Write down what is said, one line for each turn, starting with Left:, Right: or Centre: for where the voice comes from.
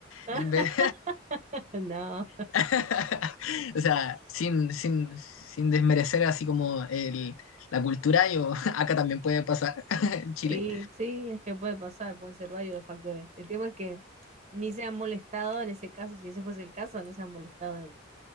Right: <laughs>
Left: en vez
Right: No,
Left: <laughs> O sea, sin, sin, sin desmerecer así como el, la cultura, yo <laughs> acá también puede pasar <laughs> en Chile.
Right: sí, sí, es que puede pasar, pueden ser varios los factores. El tema es que ni se han molestado en ese caso, si ese fuese el caso, no se han molestado en,